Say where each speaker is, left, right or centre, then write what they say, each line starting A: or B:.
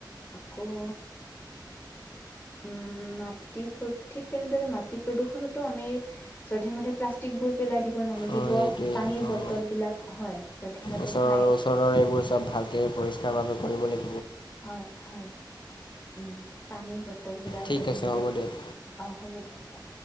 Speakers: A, on the left; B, on the left.
A: আকৌ উম। মাটি প্ৰ ঠিক তেনেদৰে মাটি প্ৰদূষণতো আমি যধে মধে প্লষ্টিক বোৰ পেলাই দিব নালাগিব।
B: অঁ এইটোৱে
A: পানীৰ
B: অঁ
A: বটল বিলাক হয়। যধে মধে
B: ওচৰৰ
A: খাই
B: ওচৰৰৰে এইবোৰ চ'ব ভালকে পৰিষ্কাৰ বাবে কৰিব লাগিব।
A: হয়, হয় উম, পানীৰ বট বটল বিলাক
B: ঠিক
A: যধে
B: আছে
A: মধে
B: হ'ব দিয়ক
A: অ' হ'ব দিয়ক, হ'ব।